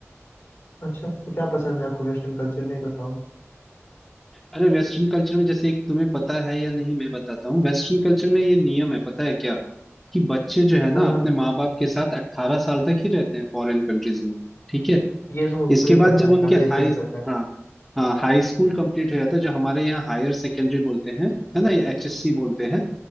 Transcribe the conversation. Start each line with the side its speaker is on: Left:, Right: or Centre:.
Left: अच्छा तो क्या पसंद है आपको वेस्टर्न कल्चर में ये बताओ
Centre: अरे वेस्टर्न कल्चर में जैसे एक तुम्हें पता है या नहीं मैं बताता हूँ वेस्टर्न कल्चर में ये नियम है पता है क्या कि बच्चे जो है ना
Left: हाँ
Centre: अपने
Left: हाँ
Centre: माँ बाप के साथ अट्ठारह साल तक ही रहते हैं फॉरेन कंट्रीज में ठीक है
Left: ये तो मुझे
Centre: इसके बाद
Left: पता
Centre: जब
Left: है
Centre: उनके
Left: काफी अच्छे
Centre: हाई
Left: से पता है
Centre: हाँ हाँ हाई स्कूल कंप्लीट हो जाता है जो हमारे यहाँ हायर सेकेंडरी बोलते हैं है ना या एचएससी बोलते हैं